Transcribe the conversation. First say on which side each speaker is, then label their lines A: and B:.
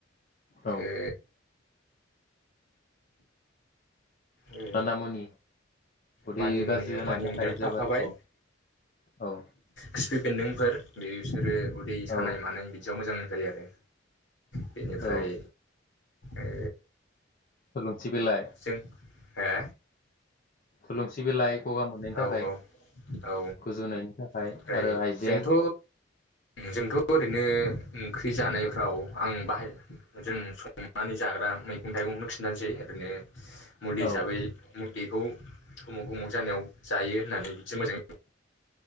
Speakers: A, on the left; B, on the left.
A: औ
B: ओ ओ
A: माना मुनि उदै
B: मानि मुनि
A: गाज्रि जानायनि
B: मानि
A: थाखाय
B: मुनियाथ'
A: जोबोर
B: थाखाबाय
A: औ औ
B: खिफि बेन्दोंफोर बे बिसोरो उदै सानाय
A: औ
B: मानाय बिदि बियाव मोजां जायो आरो। बेनिफ्राय
A: औ
B: ओ
A: हालौ। सि बेलाय
B: जों हो?
A: थुलुंसि बिलाइ गगा मोननायनि
B: औ
A: थाखाय
B: औ
A: गुजुनायनि थाखाय
B: ओमफ्राय
A: आरो हाइजें।
B: जोंथ' जोंथ' ओरैनो ओंख्रि जानायफ्राव आं बाहाय जों संनानै जाग्रा मै मैगं-थाइगंखौ खिन्थानोसै ओरैनो मुलि
A: औ
B: हिसाबै मुलिखौ अमुख उमुख जानायाव जायो होननानै जों मोजाङै